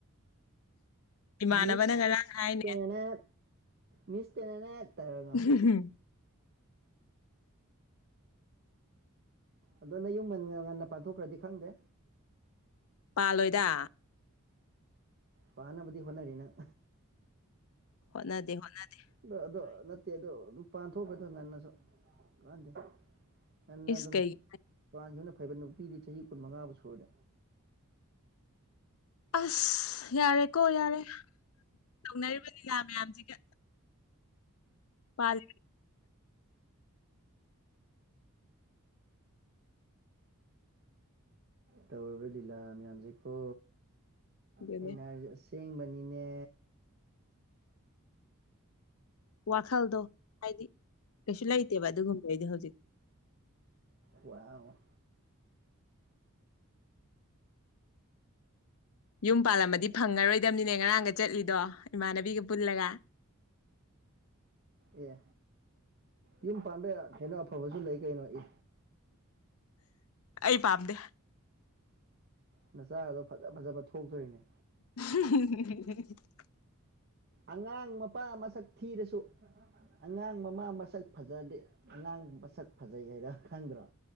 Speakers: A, on the left; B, on the right.
A: ꯏꯃꯥꯟꯅꯕꯅ
B: ꯃꯤꯁ
A: ꯉꯔꯥꯡ ꯍꯥꯏꯅꯦ
B: ꯇꯦꯟꯅꯦꯅꯦ ꯃꯤꯁ ꯇꯦꯟꯅꯦꯅꯦ ꯇꯧꯔꯒ
A: ꯎꯝꯍꯝ
B: ꯑꯗꯣ ꯅꯌꯨꯝ ꯉꯟꯅ ꯉꯟꯅ ꯄꯥꯟꯊꯣꯛꯈ꯭ꯔꯗꯤ ꯈꯪꯗꯦ
A: ꯄꯥꯜꯂꯣꯏꯗ
B: ꯄꯥꯟꯅꯕꯗꯤ ꯍꯣꯠꯅꯔꯤ ꯅꯪ
A: ꯍꯣꯠꯅꯗꯦ ꯍꯣꯠꯅꯗꯦ
B: ꯑꯗ ꯑꯗꯣ ꯅꯠꯇꯦ ꯑꯗꯣ ꯄꯥꯟꯊꯣꯛꯈꯔꯣꯗ ꯉꯟꯅꯁꯨ ꯀꯥꯟꯗꯦ ꯉꯟꯅ
A: ꯏꯁ
B: ꯑꯗꯨꯝ
A: ꯀꯩꯒꯤ
B: ꯄꯥꯟꯒꯤꯕꯅ ꯐꯩꯕ ꯅꯨꯄꯤꯗꯤ ꯆꯍꯤ ꯀꯨꯟꯃꯉꯥꯕꯨ ꯁꯨꯔꯗꯤ
A: ꯑꯁ ꯌꯥꯔꯦꯀꯣ ꯌꯥꯔꯦ ꯇꯧꯅꯔꯤꯕ ꯂꯤꯂꯥ ꯃꯌꯥꯝꯁꯤꯒ ꯄꯜ
B: ꯇꯧꯔꯤꯕ ꯂꯤꯂꯥ ꯃꯌꯥꯝꯖꯦ ꯀꯣ
A: ꯑꯗꯨꯅꯦ
B: ꯑꯩꯅ ꯍꯥꯏꯔꯤꯖꯦ ꯑꯁ ꯆꯦꯡꯕꯅꯤꯅꯦ
A: ꯋꯥꯈꯜꯗꯣ ꯍꯥꯏꯗꯤ ꯀꯩꯁꯨ ꯂꯩꯇꯦꯕ ꯑꯗꯨꯒꯨꯝꯕꯩꯗꯤ ꯍꯧꯖꯤꯛ
B: ꯋꯥꯎ
A: ꯌꯨꯝ ꯄꯥꯜꯂꯝꯃꯗꯤ ꯐꯪꯉꯔꯣꯏꯗꯕꯅꯤꯅꯦ ꯉꯔꯥꯡꯒ ꯆꯠꯂꯤꯗꯣ ꯏꯃꯥꯟꯅꯕꯤꯒ ꯄꯨꯜꯂꯒ
B: ꯑꯦ ꯌꯨꯝ ꯄꯥꯟꯕ ꯀꯩꯅꯣ ꯑꯐꯕꯁꯨ ꯂꯩ ꯀꯩꯅꯣ ꯑꯦ
A: ꯑꯩ ꯄꯥꯝꯗꯦ
B: ꯅꯆꯥ ꯒꯗꯣ ꯐꯖ ꯐꯖꯕ ꯊꯣꯛꯇꯣꯔꯤꯅꯦ
A: <unintelligible>
B: ꯑꯉꯥꯡ ꯃꯄꯥ ꯃꯁꯛ ꯊꯤꯔꯁꯨ ꯑꯉꯥꯡ ꯃꯃꯥ ꯃꯁꯛ ꯐꯖꯗꯦ ꯑꯉꯥꯡ ꯃꯁꯛ ꯐꯖꯩ ꯍꯥꯏꯗꯣ ꯈꯪꯗ꯭ꯔꯣ